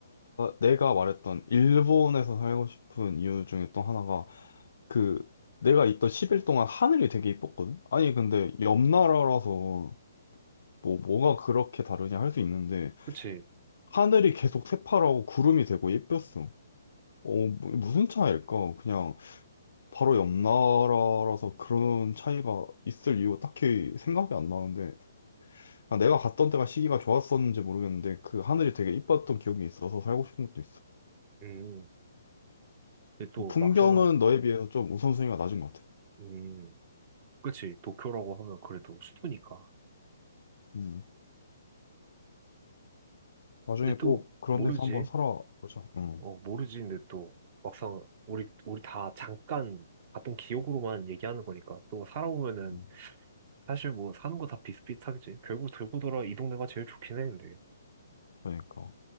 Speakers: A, on the left; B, on the right.
A: 내가 말했던 일본에서 살고 싶은 이유 중에 또 하나가 그 내가 있던 10일 동안 하늘이 되게 이뻤거든? 아니 근데 옆 나라라서 뭐 뭐가 그렇게 다르냐 할 수 있는데
B: 그치?
A: 하늘이 계속 새파랗고 구름이 되고 예뻤어. 어 뭐- 무슨 차이일까? 그냥 바로 옆 나라라서 그런 차이가 있을 이유 딱히 생각이 안 나는데 아, 내가 갔던 때가 시기가 좋았었는지 모르겠는데 그 하늘이 되게 이뻤던 기억이 있어서 살고 싶은 것도 있어.
B: 음. 근데 또
A: 풍경은
B: 막상
A: 너에 비해서 좀 우선순위가 낮은 것 같아.
B: 음 그치 도쿄라고 하면 그래도 수도니까.
A: 음. 나중에
B: 근데
A: 꼭
B: 또
A: 그런
B: 모르지.
A: 데서 한번 살아보자. 응.
B: 어 모르지. 근데 또 막상 우리 우리 다 잠깐 봤던 기억으로만 얘기하는 거니까 또 살아보면은
A: 응.
B: 사실 뭐 사는 거 다 비슷비슷하겠지. 결국 들고 돌아 이 동네가 제일 좋긴 해. 근데.
A: 그러니까.